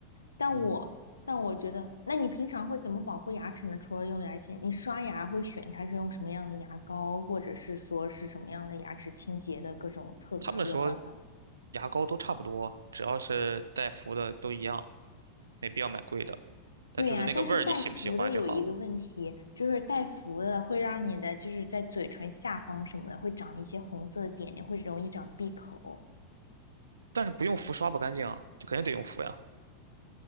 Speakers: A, on the left; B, on the right.
A: 但我但我觉得，
B: 嗯，
A: 那你平常会怎么保护牙齿呢？除了用牙线，你刷牙会选它是用什么样的牙膏，或者是说是什么样的牙齿清洁的各种特殊的办法吗？
B: 他们说牙膏都差不多，只要是带氟的都一样。没必要买贵的。但就是那个味儿，
A: 对呀，但是带氟的有一个问题，
B: 你喜不喜欢就好了。
A: 就是带氟的会让你的就是在嘴唇下方什么的会长一些红色的点点，会容易长闭口。
B: 但是不用氟刷不干净啊，就肯定得用氟呀。